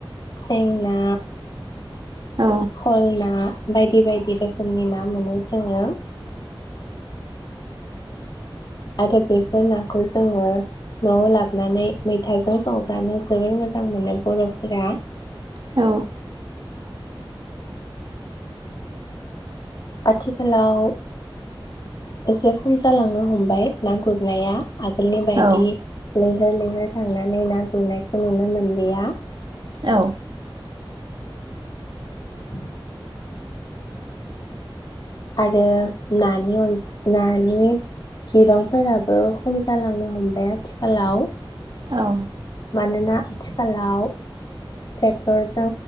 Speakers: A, on the left; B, on the right.
A: सेंना
B: औ
A: खल ना बायदि बायदि रोखोमनि ना मोनो जोङो आरो बेफोर नाखौ जोङो न'आव लाबानै मैथाजों संजानो जोबोर मोजां मोनो बर'फोरा
B: औ
A: आथिखालाव एसे खम जालांनो मुम्बाइ ना गुरनाया आगोलनि बायदि
B: औ
A: लैहोर लैहोर थांनानै ना गुरनायखौ नुनो मोनलिया
B: औ
A: <inaudible> आरो नानि अन नानि बिबांफोराबो खम जालांनो हमबाय आथिखालाव
B: औ
A: मानोना आथिखालाव ट्रेक्टरजों